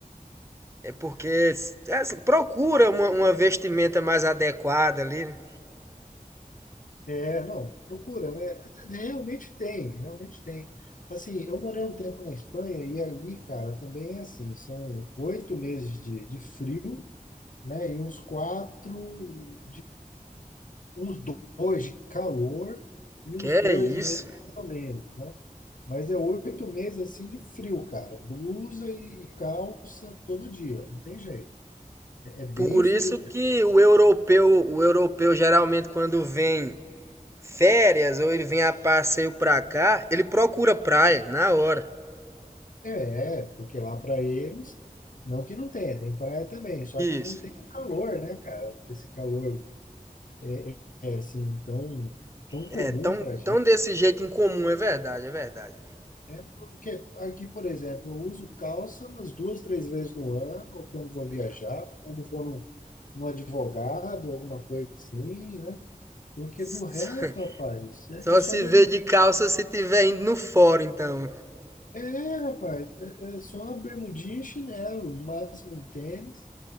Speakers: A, on the right; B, on the left.
A: é porque é assim, procura uma, uma vestimenta mais adequada ali, né?
B: é, não, procura, né? Realmente tem, realmente tem. Assim, eu morei um tempo na Espanha e ali, cara, também é assim, são oito meses de, de frio, né? E uns quatro uns dois de calor e
A: Que
B: uns dois
A: é isso.
B: meses mais ou menos, né? Mas é oito meses assim de frio, cara. Blusa e e calça todo dia, não tem jeito. É é bem
A: Por
B: frio.
A: isso que o europeu, o europeu geralmente quando vem férias ou ele vem a passeio pra cá, ele procura praia na hora.
B: É, é, porque lá para eles, não que não tenha, tem praia também, só que não
A: Isso.
B: tem o calor, né, cara? Esse calor é, é, é, assim tão, tão
A: É,
B: comum
A: tão,
B: para
A: tão desse jeito incomum, é verdade, é verdade.
B: É porque aqui, por exemplo, eu uso calça umas duas, três vezes no ano, ou quando vou viajar, ou quando vou num, num advogado, alguma coisa assim, né? Porque
A: <laughs>
B: do resto, rapaz, é,
A: Só
B: é só
A: se
B: bermudinha.
A: vê de calça se tiver indo no fórum, então.
B: É, rapaz, é, é só bermudinha e chinelo, no máximo um tênis,